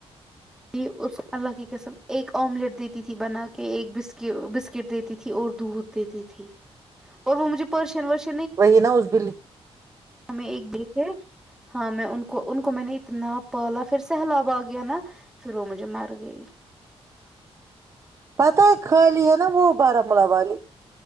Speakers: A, in the centre; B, on the right.
A: جی اس اللہ کی قسم ایک آملیٹ دیتی تھی بنا کے ایک بس بسکٹ دیتی تھی اور دودھ دیتی تھی اور وہ مجھے پرشین ورش
B: وہی نا اس بلی
A: ہمیں ایک بی تھے ہاں میں ان کو ان کو میں نے اتنا پالا پھر سہلاب آ گیا نا پھر وہ مجھے مر گئی
B: پتہ ہے خالی ہے نا وہ بارمولہ والی